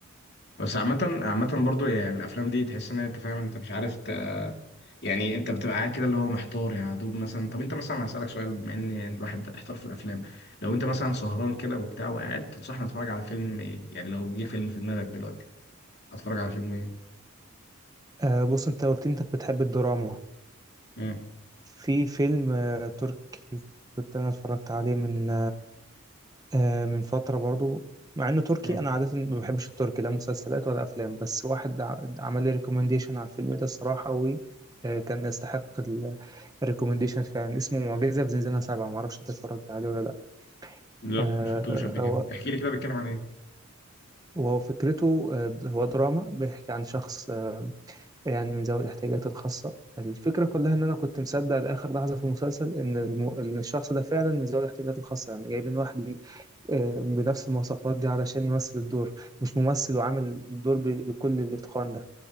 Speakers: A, on the left (about 50°); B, on the right (about 15°).
A: بس عامة عامة برضو يعني الأفلام دي تحس إن أنت فاهم أنت مش عارف ت... يعني أنت بتبقى قاعد كده اللي هو محتار يعني يا دوب مثلا طب أنت مثلا هسألك سؤال بما إن يعني الواحد احتار في الأفلام لو أنت مثلا سهران كده وبتاع وقاعد تنصحني أتفرج على فيلم إيه؟ يعني لو جه فيلم في دماغك دلوقتي أتفرج على فيلم إيه؟
B: آه، بص انت قلت انك بتحب الدراما
A: مم.
B: في فيلم آه، تركي كنت انا اتفرجت عليه من آه، من فترة برضو مع انه تركي
A: مم.
B: انا عادة ما بحبش التركي لا مسلسلات ولا افلام بس واحد ع- عمل لي ريكومنديشن على الفيلم ده الصراحة وكان يستحق الريكومنديشن فعلا اسمه معجزة في زنزانة سبعة معرفش انت اتفرجت عليه ولا لا
A: لا
B: آه،
A: مشفتوش قبل كده
B: آه، هو
A: احكي لي كده بيتكلم عن
B: وهو فكرته آه، هو دراما بيحكي عن شخص يعني من ذوي الاحتياجات الخاصة الفكرة كلها إن أنا كنت مصدق لآخر لحظة في المسلسل إن الم... إن الشخص ده فعلا من ذوي الاحتياجات الخاصة يعني جايبين واحد ليه آه، بنفس المواصفات دي علشان يمثل الدور مش ممثل وعامل الدور ب... بكل الإتقان ده